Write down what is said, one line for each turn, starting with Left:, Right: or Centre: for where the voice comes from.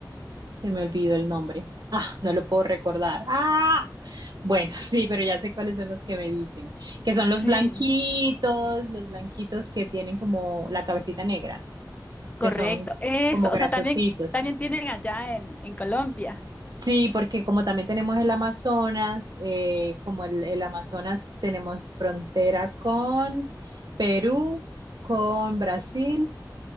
Right: Se me olvidó el nombre. Ah, no lo puedo recordar. Ah, bueno, <laughs> sí, pero ya sé cuáles son los que me dicen, que son
Left: Sí,
Right: los blanquitos, los blanquitos que tienen como la cabecita negra,
Left: correcto.
Right: que son
Left: Eso,
Right: como grasositos.
Left: o sea, también, también tienen allá en, en Colombia.
Right: Sí, porque como también tenemos el Amazonas, eh, como el, el Amazonas tenemos frontera con Perú, con Brasil,